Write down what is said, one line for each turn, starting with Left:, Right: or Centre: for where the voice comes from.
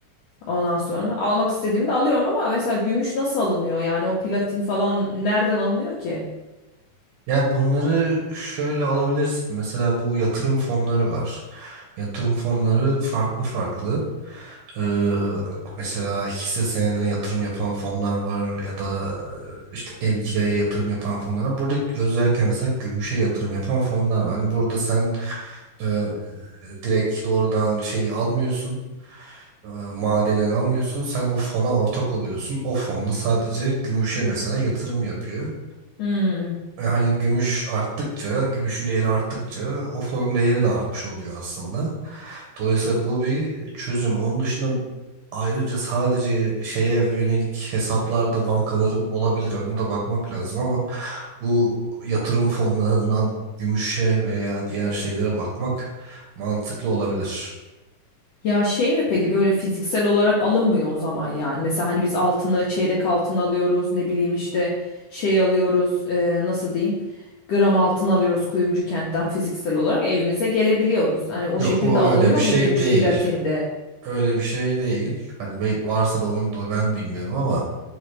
Left: Ondan sonra almak istediğimde alıyorum ama mesela gümüş nasıl alınıyor? Yani o platin falan nereden alınıyor ki?
Right: Ya bunları şöyle alabilirsin. Mesela bu yatırım fonları var. Yatırım fonları farklı farklı. Ee, mesela hisse senedine yatırım yapan fonlar var ya da e, işte emtiaya yatırım yapan fonlar var. Burada özellikle mesela gümüşe yatırım yapan fonlar var. Hani burada sen e, e, direkt doğrudan şeyi almıyorsun. e, Madeni almıyorsun. Sen o fona ortak oluyorsun. O fonda sadece gümüşe mesela yatırım yapıyor.
Left: Hmm.
Right: Yani gümüş arttıkça, gümüşün değeri arttıkça o fonun değeri de artmış oluyor aslında. Dolayısıyla bu bir çözüm. Onun dışında ayrıca sadece şeye yönelik hesaplarda bankaların olabilir. Ona da bakmak lazım ama bu yatırım fonlarından gümüşe veya diğer şeylere bakmak mantıklı olabilir.
Left: Ya şey mi peki böyle fiziksel olarak alınmıyor o zaman yani. Mesela hani biz altını çeyrek altın alıyoruz ne bileyim işte şey alıyoruz e, nasıl diyeyim gram altın alıyoruz kuyumcu kentten fiziksel olarak evimize gelebiliyoruz. Hani o
Right: Yok
Left: şekilde
Right: bu
Left: alınıyor
Right: öyle bir şey
Left: mu gümüş
Right: değil.
Left: platinde?
Right: öyle bir şey değil. Hani be- varsa da onu da ben bilmiyorum ama